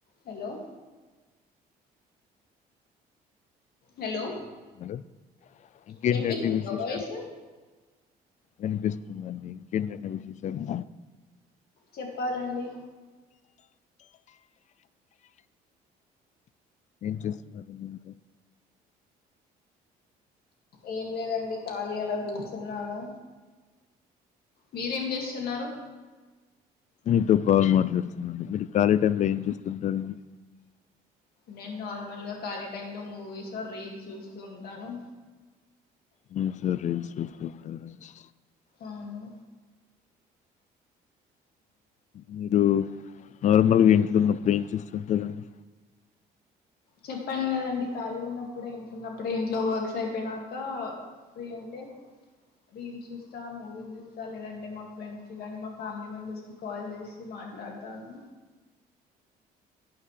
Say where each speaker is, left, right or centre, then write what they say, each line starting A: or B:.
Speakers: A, on the left (about 65°); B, on the left (about 45°).
A: Hello hello
B: ఉన్నారు. ఇంకేంటండి
A: వినిపిస్తుందా
B: విశేషాలు?
A: వాయిస్
B: వినిపిస్తుందండి ఇంకేంటండి విశేషాలు
A: చెప్పాలండి
B: ఏం చేస్తున్నారు మీరు
A: ఏం లేదండి ఖాళీ అలా కూర్చున్నాను మీరేం చేస్తున్నారు
B: మీతో కాల్ మాట్లాడుతున్నానండి, మీరు ఖాళీ టైంలో ఏం చేస్తుంటారండి
A: నేను నార్మల్ గా ఖాళీ టైమ్ లో మూవీస్ ఆర్ రీల్స్ చూస్తూ ఉంటాను
B: హు సరే ఫిఫ్టీన్ మినిట్స్
A: అవును
B: మీరు నార్మల్గా ఇంట్లో ఉన్నప్పుడు ఏం చేస్తుంటారండి
A: చెప్పాను కదండి ఖాళీగా ఉన్నప్పుడే ఉన్నప్పుడే ఇంట్లో వర్క్స్ అయిపోయినాక, ఫ్రీ ఉంటే రీల్స్ చూస్తా మూవీలు చూస్తా లేదంటే మా ఫ్రెండ్స్ కి కానీ మా ఫ్యామిలీ మెంబెర్స్ కి కాల్ చేసి మాట్లాడతాను.